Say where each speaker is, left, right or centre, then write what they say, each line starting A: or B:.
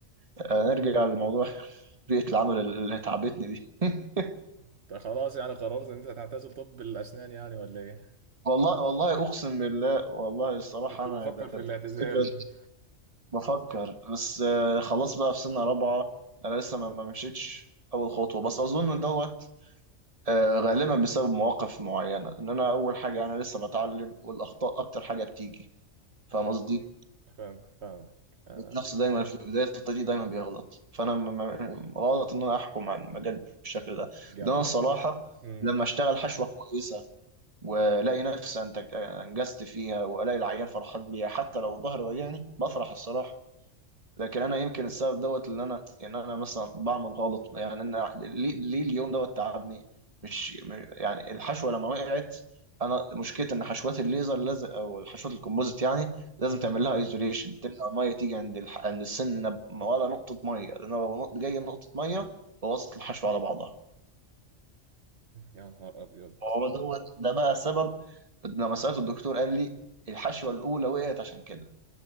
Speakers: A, on the right; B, on the right.
A: آه، نرجع للموضوع <laughs> بيئة العمل اللي تعبتني دي <laughs>
B: انت خلاص يعني قررت ان انت هتعتزل طب الاسنان يعني ولا ايه
A: والله والله أقسم بالله والله الصراحة
B: كنت
A: أنا
B: بفكر
A: ب- ب-
B: في الاعتزال
A: بفكر
B: <laughs>
A: بفكر بس آه، خلاص بقى في سنة رابعة أنا لسه ما ما مشيتش أول خطوة بس أظن إن دوت آه، غالبا بسبب مواقف معينة إن أنا أول حاجة أنا لسه بتعلم والأخطاء أكتر حاجة بتيجي فاهم قصدي؟
B: فاهمك فاهمك انا
A: النفس دايما في بداية الطريق دايما بيغلط فأنا م- م- غلط إن أنا أحكم على المجال بالشكل ده
B: جدع
A: لأن أنا الصراحة
B: امم
A: لما أشتغل حشوة كويسة وألاقي نفسي أنتج أنجزت فيها وألاقي العيال فرحان بيها حتى لو ظهري وجعني بفرح الصراحة لكن انا يمكن السبب دوت اللي انا يعني انا مثلا بعمل غلط يعني انا ليه, ليه اليوم دوت تعبني مش م- يعني الحشوه لما وقعت انا مشكلتي ان حشوات الليزر لازم او الحشوات الكومبوزيت يعني لازم
B: امم
A: تعمل لها ايزوليشن تمنع الميه تيجي عند الح... عند السنه ولا نقطه ميه لان لو نق- جايه نقطه ميه بوظت الحشوه على بعضها
B: يا نهار ابيض
A: هو دوت ده بقى سبب لما سالته الدكتور قال لي الحشوه الاولى وقعت عشان كده